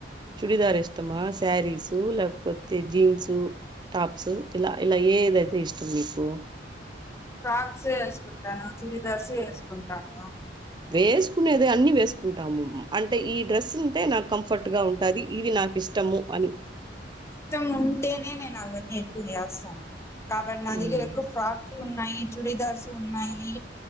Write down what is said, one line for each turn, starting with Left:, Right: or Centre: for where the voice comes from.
Right: చుడిదారు ఇష్టమా శారీసు లేకపోతే జీన్సు టాప్స్ ఇలా ఇలా ఏదైతే ఇష్టం మీకు
Left: ఫ్రాక్స్ వేసుకుంటాను చుడిదార్సు వేసుకుంటాను.
Right: వేసుకునేదే అన్ని వేసుకుంటాము అంటే ఈ డ్రెస్ కుంటే నాకు కంఫర్ట్ గా ఉంటాది ఇది నాకు ఇష్టము అని
Left: ఇష్టం ఉంటేనే నేను అవన్నీ ఎక్కువ చేస్తాను కాబట్టి నా
Right: ఉమ్,
Left: దగ్గర ఎక్కువ ఫ్రాక్ లు ఉన్నాయి చూడిదార్సు ఉన్నాయి